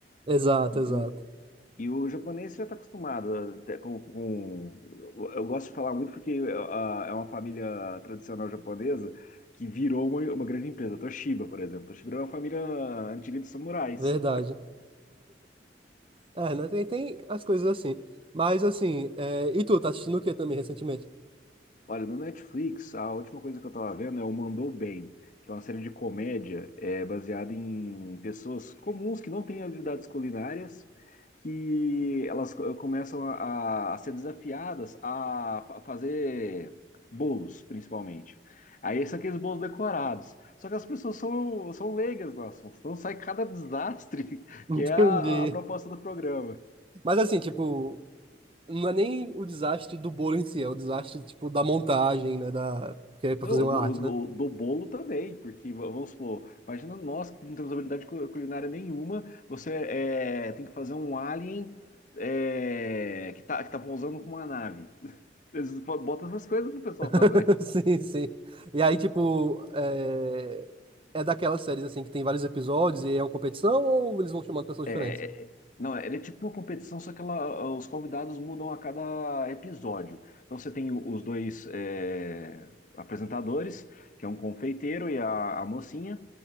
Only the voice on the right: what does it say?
Exato,
exato.
Verdade. É, né? Tem, tem as coisas assim. Mas assim, é, e tu, tá assistindo o que também recentemente?
<laughs> Entendi.
Mas assim, tipo, não é nem o desastre do bolo em si, é o desastre, tipo, da montagem, né? Da... Porque é pra
fazer uma
arte,
né?
<laughs>
Sim, sim. E aí, tipo, é... é daquelas séries, assim, que tem vários episódios e é uma competição ou eles vão chamando pessoas
diferentes?